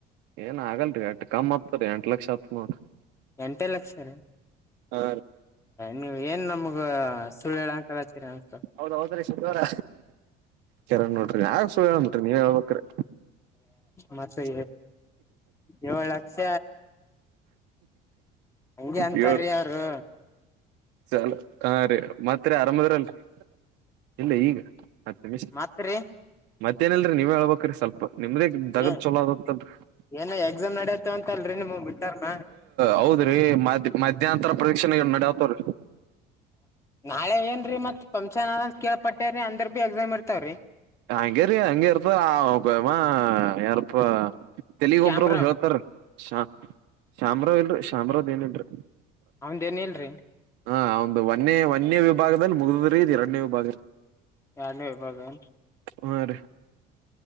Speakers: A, on the right; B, on the left.
A: ಏನ್ ಆಗಲ್ರಿ ಎಟ್ ಕಮ್ಮ್ ಹತ್ರಿ ಎಂಟ ಲಕ್ಷ ಆತ್ ನೋಡ್ರರಿ
B: ಎಂಟೇ ಲಕ್ಷ ರೀ
A: ಹಾ
B: ನೀವ ಏನ್ ನಮಗ <inaudible>
A: ಹೌದೌದ್ರೀ ಶನಿವಾರ ಕಿರಣ್ ನೋಡ್ರಿ ಆ ಟ್ರಿ ನೀವ ಹಳ್ಕ್ರೆ
B: ಮತ್ತೆ
A: <inaudible>
B: ಏಳ್ ಲಕ್ಷ ಹಂಗೆ ಅಂತಾರೀ
A: ಇ
B: ಅವರು
A: ಚಲ ಹಾ ರೀ ಮಾತ್ ಆರಾಮದ್ರಲ್ರಿ ಇಲ್ಲ ಈಗ ಮತ್ತೆ ಮ
B: ಮತ್ರಿ
A: ಮತ್ತೇನಲ್ರರಿ ನೀವೇ ಹೇಳ್ಬೇಕ್ರೀ ಸ್ವಲ್ಪ ನಿಮ್ದೇ ದಗದ್
B: ಏ
A: ಚಲೋ ಅದ <unintelligible>
B: ಏನ ಎಕ್ಸಾಮ್ ನಡತ್ತವ ಅಂತ ಅಲ್ರರಿ ನಿಮ್ ಮಿಡ್ ಟರ್ಮ್
A: ಹೌದ್ರಿ ಮಧ್ಯ ಮಧ್ಯ್ಯಾಂತರ ಪರೀಕ್ಷೆ ನಡಾವತ ರ
B: ನಾಳೆ ಏನ್ರೀ ಮತ್ ಪಂಚಾನಾದ ಕೇಳ್ಪಟ್ಟೇ್ರರಿ ಅಂದ್ರ ಬಿ ಎಕ್ಸಾಮ್ ಇರ್ತಾವ್ರಿ
A: ಹಂಗ ಅಂಗರ್ಪ್ಪ ಆ ಯಪ ತೆಲಿಗ್
B: ಕ್ಯಾಮ್ರಾ
A: ಒಬ್ರೊಬರು ಹೇಳ್ತಾರ ಶ ಶಾಮರಾವ್ ಇಲ್ರಿ ಶಾಮ್ರಾವ ಏನ್ ಇಲ್ರಿ
B: ಅವದೇಏನ್ ಇಲ್ರಿ
A: ಹಾ ಒ್ ಒನ್ೆ ಒನ್ೇ ವಿಭಾಗದಲ್ಲಿ ಮುಗ್ದ್ರೀ ಇದ್ ಎರಡನೇ ವಿಭಾಗ ರೀ
B: ಯಲ ಬಗನ್
A: ಹ ರ